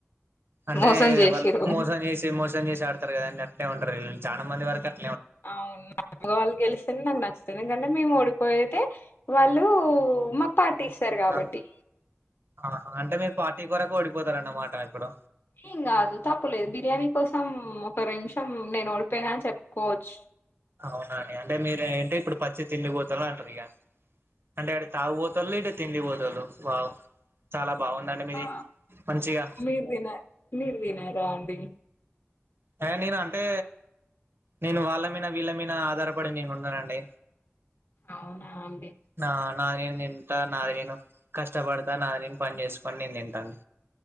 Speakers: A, on the right; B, on the left.
A: అంటే
B: మోసం చేసిర్రు
A: వాళ్ళు మోసం చేసి మోసం చేసి ఆడుతారుగదండి అట్నే ఉంటారు వీళ్ళు చాలా మంది వరకు హా
B: అవును మొగవాళ్ళు గెలిస్తే నాకు నచ్చు ఎందుకంటే మేము ఓడిపోతే వాళ్ళు మా పార్టీ ఇస్తారు కాబట్టి
A: ఆ ఆ అంటే మీరు పార్టీ కొరకు ఓడిపోతారన్నమాట ఇప్పుడు
B: ఏం కాదు తప్పులేదు బిర్యానీ కోసం మ్ ఒక నిమిషం నేను ఓడిపోయినా అని చెప్పుకోవచ్చు.
A: అవునా అండి అంటే మీరు ఏంటి ఇప్పుడు పచ్చి తిండి బోతులు అంటరు ఇగ అంటే ఆడ తాగుబోతోళ్ళు ఇటు తిండి బోతోళ్ళు వావ్ చాలా బాగుందండి మీది
B: ఆ
A: మంచిగా
B: మీరు తినండి మీరు తినారా అండి
A: హే నేను అంటే నేను వాళ్ళ మీద వీళ్ళ మీద ఆధారపడి నేను ఉండనండి
B: అవునా అండి
A: నా నాది నేను తింటా నాది నేను కష్టపడతా నాది నేను పని చేసుకొని నేను తింటాను